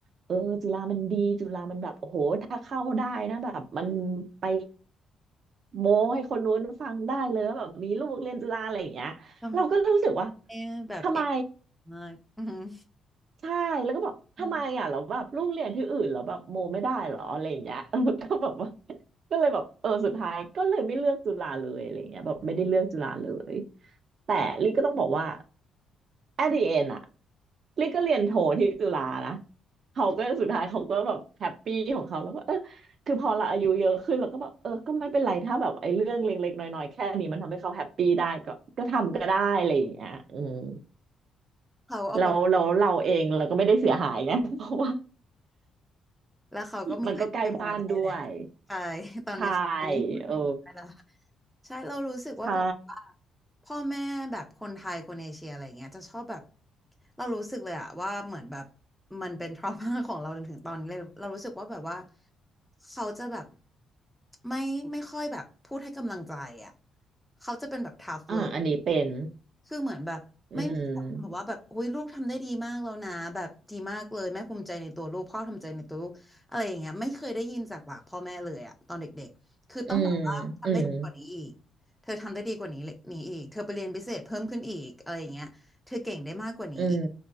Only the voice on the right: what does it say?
เออจุฬามันดีจุฬามันแบบโอ้โหถ้าเข้าได้นะแบบมันไปโม้ให้คนนู้นฟังได้เลยว่าแบบมีลูกเรียนจุฬาอะไรอย่างเงี้ยเราก็รู้สึกว่า
ทำไม
ใช่แล้วก็บอกทำไมอ่ะเราแล้วแบบลูกเรียนที่อื่นเราแล้วแบบโมไม่ได้เหรออะไรอย่างเงี้ย
<laughs> ก็แบบว่าก็เลยแบบเออสุดท้ายก็เลยไม่เลือกจุฬาเลยอะไรอย่างเงี้ยแบบไม่ได้เลือกจุฬาเลยแต่ลิก็ต้องบอกว่า
at the end อ่ะลิก็เรียนโทที่จุฬานะเขาก็สุดท้ายเขาก็แบบแฮปปี้ของเขาแล้วก็เออ
คือพอเราอายุเยอะขึ้นเราก็แบบเออก็ไม่เป็นไรถ้าแบบไอ้เรื่องเล็กๆน้อยๆแค่นี้มันทำให้เขาแฮปปี้ได้ก็ก็ทำก็ได้อะไรอย่างเงี้ยอืม
แล้วแล้วเราเองเราก็ไม่ได้เสียหายไง <laughs> เพราะว่า
มันก็ใกล้บ้านด้วย
ใช่เออ
ใช่
อ่าอันนี้เป็น
อืม
อืมอืม
อืม